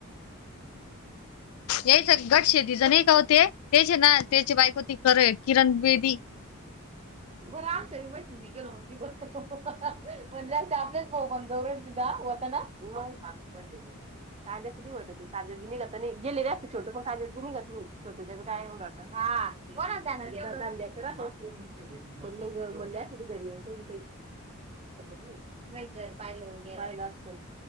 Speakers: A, on the left; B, on the right.
A: याच गट शेती जण का होते, त्याचे ना त्याची बाईको होती किरण बेदी.
B: <unintelligible> म्हणजे आपलेच भाऊ <unintelligible> <inaudible> नाही. <inaudible> ते <inaudible> दिघत नाही गेले असते, छोट पण <inaudible> दि निघत नाही छोटोशी काय होणार हा बरं <unintelligible> पण गो लो म्हणल्यात कुठं जरी <unintelligible> <inaudible> नाही जर पाहिलं राहिलं असत